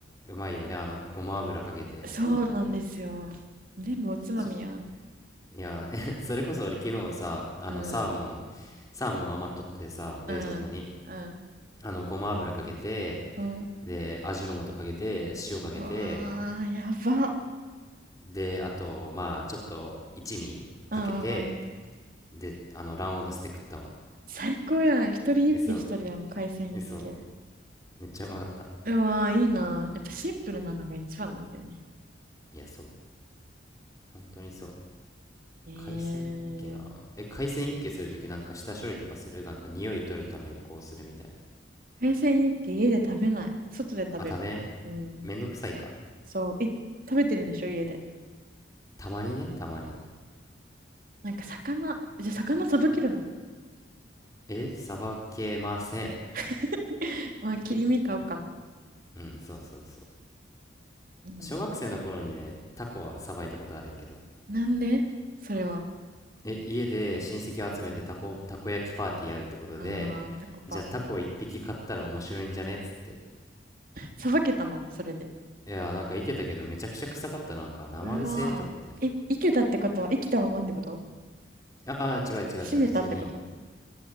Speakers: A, on the left (about 20°); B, on the right (about 45°).
A: うまいよね、あの、ごま油かけて。
B: そうなんですよ。全部おつまみやん。
A: そいや <laughs>、それこそ俺昨日さ、あの、
B: うん、
A: サーモン、サーモン余っとってさ、冷蔵庫に、
B: うん、うん、
A: あの、ごま油かけて、
B: うん。
A: で、味の素かけて、塩かけて、
B: うわー、やば。
A: で、あと、まあ、ちょっと一味かけて、
B: うんうんうん。
A: で、あの、卵黄のせて食ったわ。
B: 最高やん。一人ユッケしてるやん。
A: え、そう、
B: 海鮮ユッケ。
A: え、そう、めっちゃうまかった。
B: うわー、いいな。やっぱシンプルなのが一番なんだよね。
A: いや、そう、本当にそう。
B: えー、
A: 海鮮ユッケな。え、海鮮ユッケするときなんか下処理とかするなんか匂い取るためにこうするみたいな。
B: 海鮮ユッケ家で食べない。外で食べる。
A: あ、食べん
B: うん。
A: めんどくさいか。
B: そう。え、食べてるんでしょ家で。
A: たまにね、たまに。
B: なんか魚、じゃあ魚さばけるの
A: え、さばけません。
B: <laughs> まあ、切り身買うか。
A: うん、そうそうそ
B: いいね。
A: う。小学生の頃にね、タコはさばいたことあるんやけど。
B: なんでそれは。
A: え、家で親戚を集めてタコ、たこ焼きパーティーやるってことで、
B: ああ、タコパ。
A: じゃあタコ一匹買ったら面白いんじゃねっつって。
B: さばけたのそれで。
A: いやー、なんかいけたけどめちゃくちゃ臭かったなんか生臭えと思って。
B: うわーえ、生けたってことは生きたままってこと
A: ああー、違う違う違う。
B: 閉めたってこと
A: 普通に、